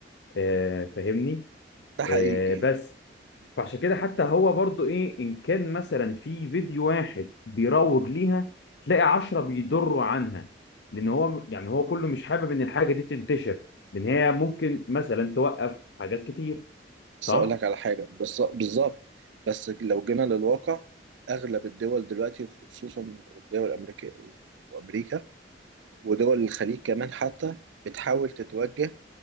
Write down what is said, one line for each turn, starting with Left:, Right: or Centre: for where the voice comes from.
Left: آه، فاهمني
Right: ده حقيقي
Left: آه، بس
Right: يعني.
Left: فعشان كده حتى هو برضو ايه ان كان مثلا في فيديو واحد بيروج ليها تلاقي عشرة بيضروا عنها لان هو يعني هو كله مش حابب ان الحاجة دي تنتشر لان هي ممكن مثلا توقف حاجات كتير
Right: بس
Left: صح
Right: اقول لك على حاجة بالظ- بالظبط بس لو جينا للواقع اغلب الدول دلوقتي خصوصا الاوروبية والامريكية وامريكا ودول الخليج كمان حتى بتحاول تتوجه